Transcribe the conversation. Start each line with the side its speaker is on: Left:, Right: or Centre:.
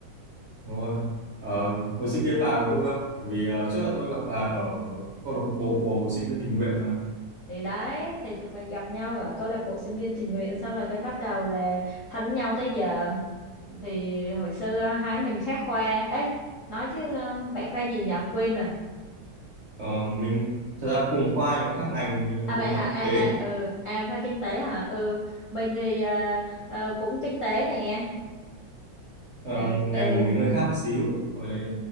Right: đúng rồi. Ờ, hồi sinh viên bà có vui không? Bởi vì ờ, trước là tôi gặp bà ở câu lạc bộ sinh viên tình nguyện mà.
Left: thì đấy thì tụi mình gặp nhau ở câu lạc bộ sinh viên tình nguyện xong rồi cái bắt đầu là thánh nhau tới giờ thì hồi xưa à, hai mình khác khoa ấy nói chứ ờ, bạn khoa gì nhỉ quên rồi
Right: Ờ, mình thật ra cùng khoa nhưng mà khác ngành mình là
Left: à vậy
Right: cùng khoa
Left: hả
Right: kinh
Left: à
Right: tế
Left: à ừ à khoa kinh tế hả ừ mình thì ờ, ờ, cũng kinh tế nè
Right: Ờ,
Left: ừ
Right: ngành
Left: ừ
Right: của mình hơi khác một xíu hồi đấy